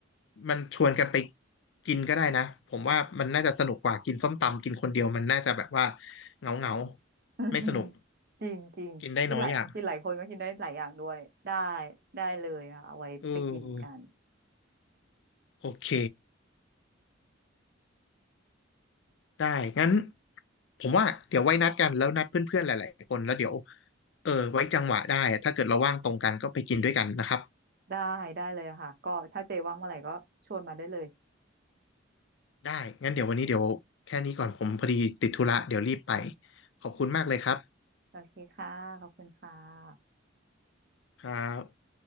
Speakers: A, on the left; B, on the right.
A: มันชวนกันไปกินก็ได้นะผมว่ามันน่าจะสนุกกว่ากินส้มตำกินคนเดียวมันน่าจะแบบว่าเหงาเงา
B: <laughs> อืม
A: ไม่สนุก
B: จริงจริงกินหลายกินหลายคนก็กินได้หลายอย่างด้วยได้
A: กินได้น้อยอย่าง
B: ได้เลยค่ะเอาไว้ไปกินกัน
A: เออโอเคได้งั้นผมว่าเดี๋ยวไว้นัดกันแล้วนัดเพื่อนๆหลายๆคนแล้วเดี๋ยว เออไว้จังหวะได้ถ้าเกิดเราว่างตรงกันก็ไปกินด้วยกันนะครับ
B: ได้ได้เลยค่ะก็ถ้าเจว่างเมื่อไหร่ก็ชวนมาได้เลย
A: ได้งั้นเดี๋ยววันนี้เดี๋ยวแค่นี้ก่อนผมพอดีติดธุระเดี๋ยวรีบไปขอบคุณมากเลยครับ
B: โอเคค่ะขอบคุณค่ะ
A: ครับ